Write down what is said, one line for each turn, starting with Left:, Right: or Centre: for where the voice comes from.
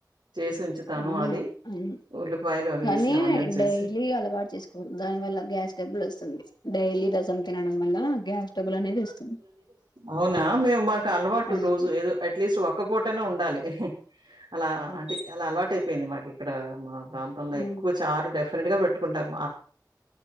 Right: చేసి ఉంచుతాను
Left: అవును
Right: అది
Left: అవును
Right: ఉల్లిపాయలు అవి
Left: కానీ
Right: వేసి ఆనియన్స్
Left: డైలీ
Right: వేసి
Left: అలవాటు చేసుకోకూడదు దానివల్ల గ్యాస్ ట్రాబుల్ వస్తుంది డైలీ రసం తినడం వల్ల గ్యాస్ ట్రబుల్ అనేది వస్తుంది
Right: అవునా మేము మాకు అలవాటు
Left: అవును
Right: రోజు ఏదో అట్లీస్ట్ ఒక్కపూటయిన ఉండాలి అలా
Left: హ్మ్.
Right: అంటే అలా అలవాటు అయిపోయింది మాకి ఇక్కడ మా ప్రాంతంలో
Left: హ్మ్.
Right: ఎక్కువ చారు డెఫ ప్రెండ్ గా పెట్టుకుంటాం